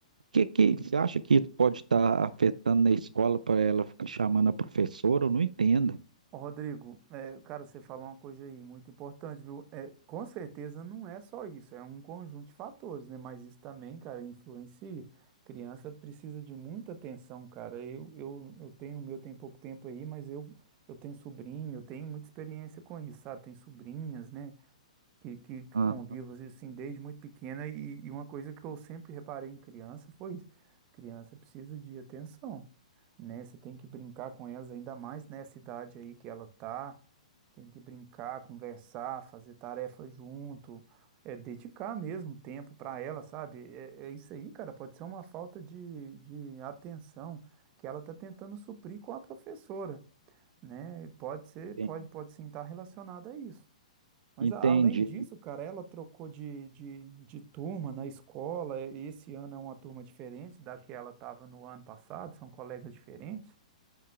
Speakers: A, on the right (about 80°); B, on the right (about 35°).
A: que, que você acha que isso pode estar afetando na escola para ela ficar chamando a professora? Eu não entendo.
B: Ô, Rodrigo, é, cara, você falou uma coisa aí muito importante, viu? É, com certeza não é só isso, é um conjunto de fatores, né? Mas isso também, cara, influencia. Criança precisa de muita atenção, cara. Eu, eu, eu tenho, o meu tem pouco tempo aí, mas eu, eu tenho sobrinho, eu tenho muita experiência com isso, sabe? Tem sobrinhas, né? que, que que
A: Aham,
B: convivo assim assim, desde muito pequena e, e uma coisa que eu sempre reparei em criança foi isso. Criança precisa de atenção, né? Você tem que brincar com elas ainda mais nessa idade aí que ela tá, tem que brincar, conversar, fazer tarefa junto, é dedicar mesmo tempo para ela, sabe? É, é isso aí, cara, pode ser uma falta de, de atenção que ela tá tentando suprir com a professora. Né? Pode ser,
A: entendi.
B: pode, pode sim estar relacionada a isso. Mas
A: Entendi.
B: a- além disso, cara, ela trocou de, de, de turma na escola. e Esse ano é uma turma diferente da que ela estava no ano passado, são colegas diferentes.